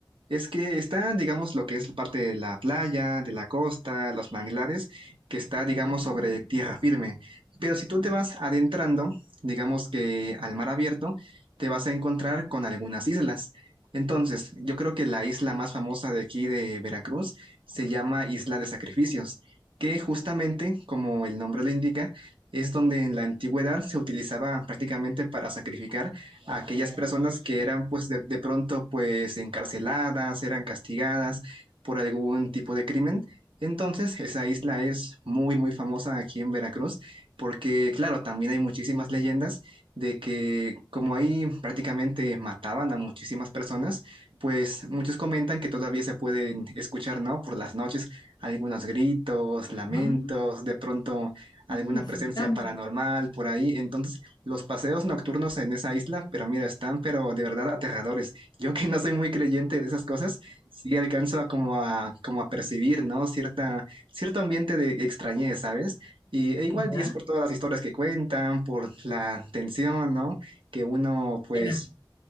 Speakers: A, on the right; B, on the left.
A: Es que está, digamos, lo que es parte de la playa, de la costa, los manglares, que está, digamos, sobre tierra firme. Pero si tú te vas adentrando, digamos que al mar abierto, te vas a encontrar con algunas islas. Entonces, yo creo que la isla más famosa de aquí de Veracruz se llama Isla de Sacrificios, que justamente, como el nombre lo indica, es donde en la antigüedad se utilizaba prácticamente para sacrificar a aquellas personas que eran pues de, de pronto pues encarceladas, eran castigadas por algún tipo de crimen. Entonces, esa isla es muy, muy famosa aquí en Veracruz porque, claro, también hay muchísimas leyendas de que como ahí prácticamente mataban a muchísimas personas, pues muchos comentan que todavía se pueden escuchar, ¿no? Por las noches algunos gritos, lamentos,
B: Ah,
A: de pronto alguna
B: los
A: presencia
B: fantasmas.
A: paranormal por ahí. Entonces, los paseos nocturnos en esa isla, pero mira, están pero de verdad aterradores. Yo que no soy muy creyente de esas cosas, sí alcanzo a como a como a percibir, ¿no? Cierta cierto ambiente de extrañez, ¿sabes? Y e igual
B: ¿Ya?
A: 10 por todas las historias que cuentan, por la tensión, ¿no? Que uno pues
B: Buena.